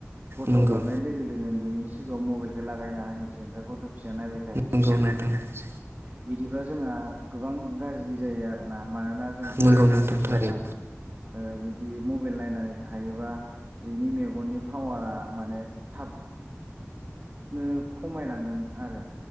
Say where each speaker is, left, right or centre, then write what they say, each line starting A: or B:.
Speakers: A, on the right; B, on the right.
A: गथ'
B: नंगौ
A: गाबनाय लोगो-लोगोनो बेनि सिगाङाव मबाइल लागायना होनोसै ओमफ्राय गथ' फिासाया नायबाय थानोसै।
B: नंगौ नोंथां
A: बिदिबा जोंहा गोबां गाज्रि जायो आरोना मानोना जों सासे
B: नंगौ
A: गथ'
B: नोंथां
A: फिसाया
B: थारैनो
A: ओ बिदि मबाइल नायनानै थायोबा बेनि मेगननि पावारा माने थाबनो खमायलांना आरो